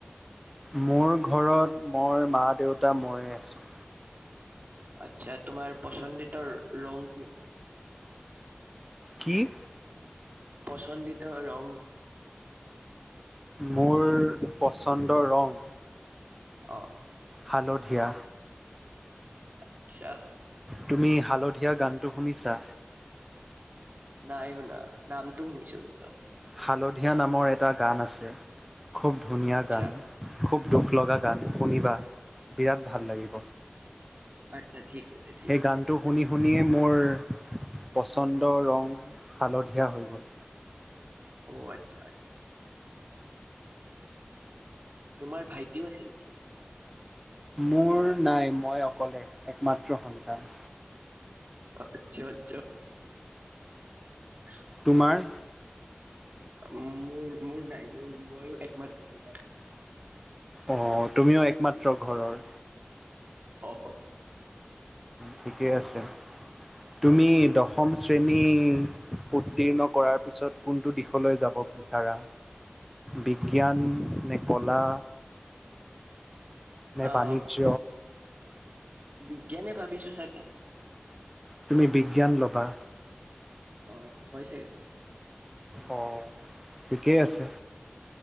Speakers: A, in the centre; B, on the right.
A: মোৰ ঘৰত মোৰ মা, দেউতা, মই আছোঁ।
B: আচ্ছা, তোমাৰ পচন্দিতা ৰং কি?
A: কি?
B: পচন্দিতা ৰং?
A: মোৰ, পচন্দৰ ৰং।
B: অ
A: হালধীয়া।
B: আচ্ছা।
A: তুমি হালধীয়া গানটো শুনিছা?
B: নাই শুনা, নামটো শুনিছোঁ কিন্তু।
A: হালধীয়া নামৰ এটা গান আছে, খুব ধুনীয়া
B: আচ্ছা
A: গান। খুব দুখ লগা গান শুনিবা, বিৰাট, ভাল লাগিব।
B: আচ্ছা ঠিক। আছে ঠিক
A: সেই
B: আছে
A: গানটো শুনি শুনিয়েই মোৰ, পচন্দ ৰং, হালধীয়া হৈ গ'ল।
B: অ', আচ্ছা। তোমাৰ ভাইটিও আছে নেকি?
A: মোৰ নাই, মই অকলে একমাত্ৰ সন্তান।
B: আচ্ছা, আচ্ছা। উম।
A: তোমাৰ?
B: মোৰ, মোৰ নাই, মোৰ মইয়ো একমাত্ৰ।
A: অ, তুমিও একমাত্ৰ ঘৰৰ।
B: অ, অ।
A: ঠিকে আছে। তুমি দশম শ্ৰেণী উত্তীৰ্ণ কৰাৰ পিছত, কোনটো দিশলৈ যাব বিচাৰা? বিজ্ঞান নে কলা নে
B: আহ
A: বাণিজ্য?
B: বিজ্ঞানে ভাবিছো চাগে!
A: তুমি বিজ্ঞান ল'বা।
B: অ, হয় চাগে।
A: অ, ঠিকেই আছে।